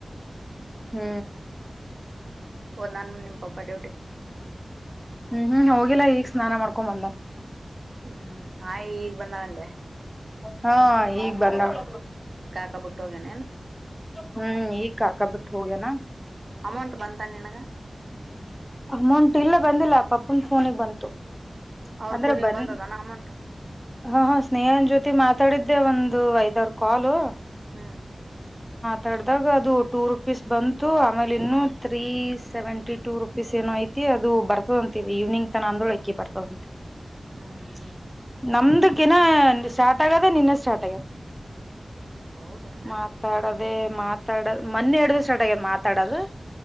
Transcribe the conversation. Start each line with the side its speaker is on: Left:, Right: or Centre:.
Centre: ಹ್ಮ್
Right: ಒಂದ್ ನಾನ ನಿಮ್ ಪಾಪ ಡ್ಯೂಟಿ
Centre: ಹ್ಮ್ ಹ್ಮ್ ಹೋಗಿಲ್ಲಾ ಈಗ್ ಸ್ನಾನ ಮಾಡ್ಕೊ ಬಂದನ್
Right: ಹ್ಮ್ ಆಯ ಈಗ ಬಂದಾಳಂದೆ
Centre: ಹಾ ಈಗ್ ಬಂದವು
Right: ಕಾಕ ಬಿಟ್ಟೋಗೇನೇನ್
Centre: ಹ್ಮ್ ಈಗ ಹಕ ಬಿಟ್ಟು ಹೋಗ್ಯನಾ
Right: ಅಮೌಂಟ್ ಬಂತನ್ ನಿನಗ
Centre: ಅಮೌಂಟ್ ಇಲ್ಲ ಬಂದಿಲ್ಲ ಪಪೂನ್ ಫೋನಿಗೆ ಬಂತು
Right: ಅವ್ರ
Centre: ಅಂದ್ರೆ
Right: ಫೋನಿಗೆ
Centre: ಬನ್
Right: ಬಂದದಾನ ಅಮೌಂಟ್
Centre: ಹ ಹಾ ಸ್ನೇಹನ್ ಜೊತೆ ಮಾತಾಡಿದ್ದೆ ಒಂದು ಐದ್ವಾರ ಕಾಲು
Right: ಹ್ಮ್
Centre: ದಡದಾಗ ಅದು ಟೂ ರುಪೀಸ್ ಬಂತು ಆಮೇಲೆ ಇನ್ನು ತ್ರೀ ಸೆವೆಂಟಿ ಟೂ ರುಪೀಸ್ ಏನೋ ಐತಿ ಅದು ಬರ್ತದ ಅಂತೀ ಈವ್ಗ್ ತನ ಅಂದ್ರಳ ಅಕಿ ಬರ್ತದ
Right: ಹ್ಮ್ ಹ್ಮ್
Centre: ನಮ್ದಕಿನ
Right: ಹ್ಮ್
Centre: ಸ್ಟಾರ್ಟ್ ಆಗ್ಯದ ನಿನ್ನೆ ಸ್ಟಾರ್ಟ್ ಆಗ್ಯದ
Right: ಹೌದಾ
Centre: ಮಾತಾಡದೆೇ ಮಾತಾಡದು ಮೊನ್ನೆ ಹಡ್ದು ಸಟ್ ಆಗ್ಯದ ಮಾತಾಡದು